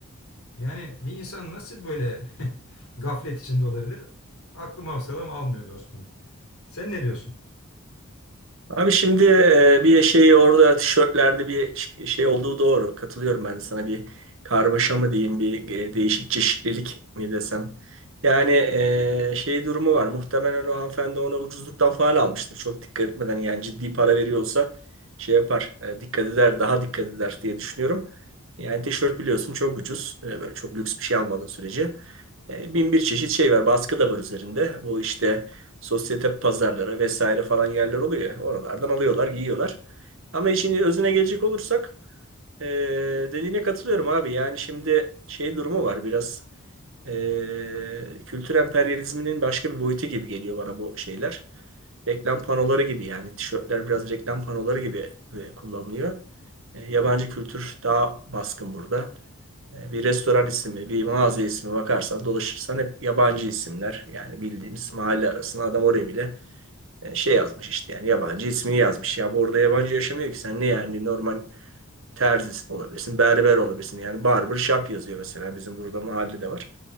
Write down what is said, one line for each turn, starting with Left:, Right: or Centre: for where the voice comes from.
Left: Yani bir insan nasıl böyle <laughs> gaflet içinde olabilir? Aklım hafsalam almıyor dostum. Sen ne diyorsun?
Right: Abi şimdi e, bir şey orada tişörtlerde bir ş- şey olduğu doğru. Katılıyorum ben de sana bir karmaşa mı diyeyim bir e, değişik çeşitlilik mi desem. Yani e, şey durumu var. Muhtemelen o hanımefendi ona ucuzluktan falan almıştır. Çok dikkat etmeden yani ciddi para veriyorsa şey yapar. e, dikkat eder daha dikkat eder diye düşünüyorum. Yani tişört biliyorsun çok ucuz. E, böyle çok lüks bir şey almadığın sürece. E, bin bir çeşit şey var. Baskı da var üzerinde. Bu işte sosyete pazarlara vesaire falan yerler oluyor ya. Oralardan alıyorlar, giyiyorlar. Ama işin özüne gelecek olursak eee, dediğine katılıyorum abi. Yani şimdi şey durumu var biraz eee kültür emperyalizminin başka bir boyutu gibi geliyor bana bu şeyler. Reklam panoları gibi yani tişörtler biraz reklam panoları gibi e, kullanılıyor. E, yabancı kültür daha baskın burada. E, Bir restoran ismi, bir mağaza ismi bakarsan, dolaşırsan hep yabancı isimler. Yani bildiğimiz mahalle arasında adam oraya bile e, şey yazmış işte yani yabancı ismini yazmış. Ya bu orada yabancı yaşamıyor ki sen ne yani normal terzi olabilirsin, berber olabilirsin. Yani barber shop yazıyor mesela bizim burada mahallede var.